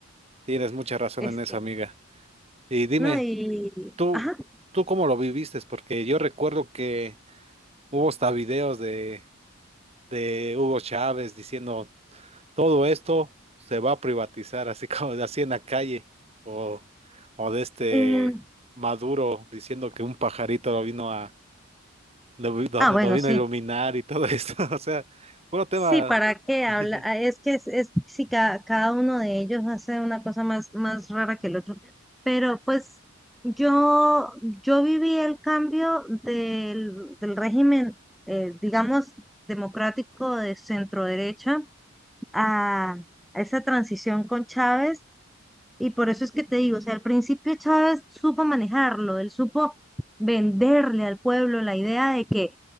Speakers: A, on the right; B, in the centre.
A: Tienes mucha razón
B: es
A: en eso,
B: que,
A: amiga. Y dime,
B: ¿no? Y,
A: ¿tú,
B: ajá.
A: tú cómo lo viviste? Porque yo recuerdo que hubo hasta videos de, de Hugo Chávez diciendo todo esto se va a privatizar, así <laughs> como así en la calle, o, o de este
B: Y,
A: Maduro diciendo que un pajarito lo vino a, lo, vi- lo-
B: ah, bueno,
A: lo vino
B: sí.
A: a iluminar y todo esto, <laughs> o sea, bueno tema,
B: Sí, ¿para qué
A: <laughs>
B: habla? ah, Es que es, es si cada, cada uno de ellos hace una cosa más, más rara que el otro. Pero pues yo, yo viví el cambio del, del régimen, eh, digamos, democrático de centro derecha a, a esa transición con Chávez. Y por eso es que te digo, o sea, al principio Chávez supo manejarlo, él supo venderle al pueblo la idea de que